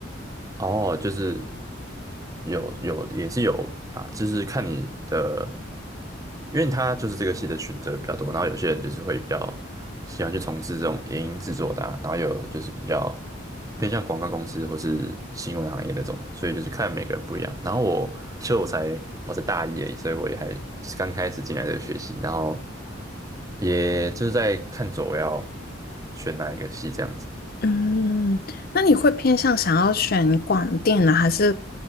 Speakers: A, on the right; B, on the left.
A: 哦，就是有有也是有啊，就是看你的，因为他就是这个系的选择比较多，然后有些人就是会比较喜欢去从事这种影音制作的啊然后有就是比较偏向广告公司或是新闻行业那种的，所以就是看每个人不一样。然后我其实我才我才大一而已，所以我也还就是刚开始进来这个学习，然后也就是在看着我要选哪一个系这样子。
B: 嗯，那你会偏向想要选广电呢，还是